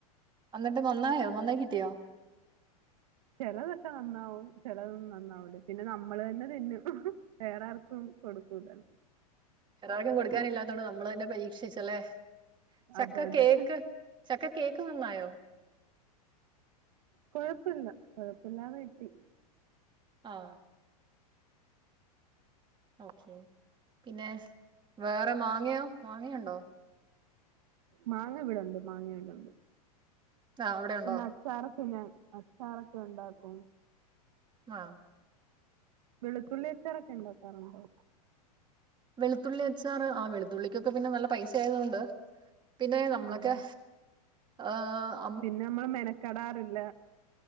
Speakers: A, on the right (about 25°); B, on the right (about 65°).
A: എന്നിട്ട് നന്നായോ നന്നായി കിട്ടിയോ
B: ചെലതൊക്കെ നന്നാവും ചെലതൊന്നും നന്നാവൂല പിന്നെ നമ്മള് തന്നെ തിന്നും വേറാർക്കും കൊടുക്കൂല്ല
A: വേറാർക്കും കൊടുക്കാനില്ലാത്തോണ്ട് നമ്മളന്നെ പരീക്ഷിച്ചല്ലേ ചക്ക
B: അതെ അതെ
A: കേക്ക് ചക്ക കേക്ക് നന്നായോ
B: കുഴപ്പില്ല കൊഴപ്പില്ലാതെ കിട്ടി
A: ആഹ് ഓക്കെ പിന്നെ വേറെ മാങ്ങയോ മാങ്ങയുണ്ടോ
B: മാങ്ങ ഇവിടുണ്ട് മാങ്ങ ഇവിടുണ്ട്
A: ആഹ് അവിടെയുണ്ടോ?
B: പിന്നെ അച്ചാറൊക്കെ ഞാൻ അച്ചാറൊക്കെ ഉണ്ടാക്കും
A: ആഹ്
B: വെളുത്തുള്ളി അച്ചാറൊക്കെ ഇണ്ടാക്കാറുണ്ടോ
A: വെളുത്തുള്ളി അച്ചാർ ആ വെളുത്തുള്ളിക്കൊക്കെ പിന്നെ നല്ല പൈസ ആയതോണ്ട് പിന്നെ നമ്മളൊക്കെ
B: ഉം
A: ആഹ്
B: പിന്നെ നമ്മള് മെനക്കടാറില്ല